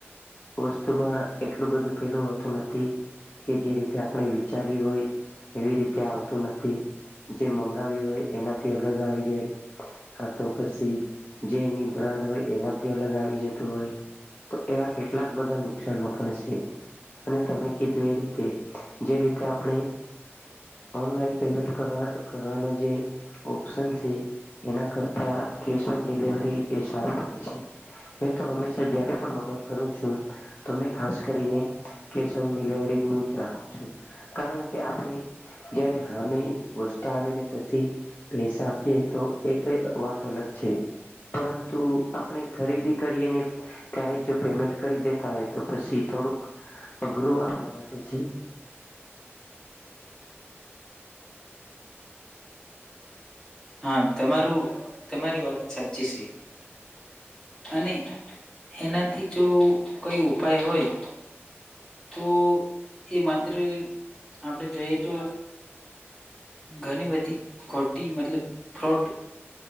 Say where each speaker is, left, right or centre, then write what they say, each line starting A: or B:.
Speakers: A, on the left; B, on the left.
A: વસ્તુમાં એટલું બધું પેલું હોતું નથી કે જે રીતે આપણે વિચાર્યું હોય એવી રીતે આવતું નથી જે મંગાવ્યું હોય એનાથી અલગ આવી જાય તો પછી જે એની બ્રાન્ડ હોય એનાથી અલગ આવી જતું હોય તો એવા કેટલાક બધા નુકસાનો પણ છે અને તમે કીધું એ રીતે જે રીતે આપણે ઓનલાઈન પેમેન્ટ કરવા કરવાનો જે ઓપ્શન છે એના કરતા કેશ ઓન ડિલવરી એ સારું પડે છે મેં તો હંમેશા જ્યારે પણ ઓર્ડર કરુ છુ તમે ખાસ કરીને કેસ ઓન ડિલવરી નું જ રાખું છું કારણ કે આપણે જયારે હામે વસ્તા આવેને પછી પૈસા આપીએ તો એ ક વાત અલગ છે પરંતુ આપણે ખરીદી કરીએ ત્યારે જો. પેમેન્ટ કરી દેતા હોય તો પછી થોડુંક અઘરું આપણા માટે છે.
B: હા તમારું તમારી વાત સાચી છે. અને એનાથી જો કઈ ઉપાય હોય. તો એ માત્ર આપણેે જોઈએ તો ઘણી બધી ખોટી મતલબ ફ્રોડ